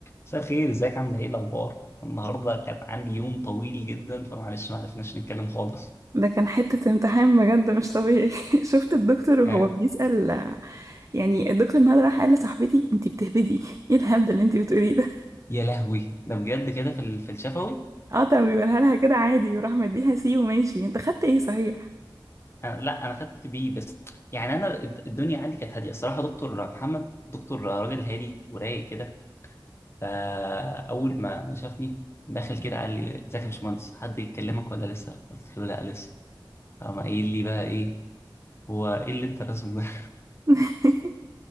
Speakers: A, on the left; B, on the right.
A: مساء الخير ازيك عامله ايه الاخبار النهارده كان عندي يوم طويل جدا فمعلش ما عرفناش نتكلم خالص
B: ده كان حتة امتحان بجد مش طبيعي <laughs> شفت الدكتور وهو
A: يعني
B: بيسأل يعني الدكتور نهاد راح قال لصاحبتي انتي بتهبدي ايه الهبد اللي انتي بتقوليه ده
A: يا لهوي ده بجد كده في ال- في الشفوي
B: <laughs> اه طب بيقولها لها كده عادي وراح مديها سي وماشي انت خدت ايه صحيح
A: أنا لا انا خدت بيه بس يعني انا الد- الدنيا عندي كانت هاديه الصراحه دكتور محمد دكتور راجل هادي ورايق كده فاول ما ما شافني دخل كده قال لي ازيك يا باشمهندس حد يكلمك ولا لسه قلت له لا لسه قام قايل لي بقى ايه هو ايه اللي انت راسمه ده
B: <laughs>